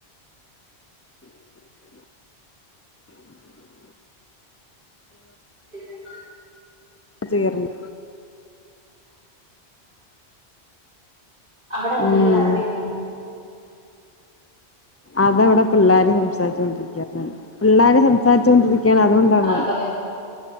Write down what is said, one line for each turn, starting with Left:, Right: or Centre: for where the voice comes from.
Left: <inaudible>
Right: പിന്നെ
Left: ചെയ്യറ്ണ്ട്.
Right: അവടെ എന്ധോര്
Left: ഉം
Right: സൗണ്ടേക്ണ്
Left: അത് വടെ പിള്ളേര് സംസാര്ചോ ണ്ടിരിക്കാണ് പിള്ളേര് സംസാരിചോ ണ്ടിരിക്കാണ് അതുകൊണ്ടാണ്.
Right: അപ്പൊ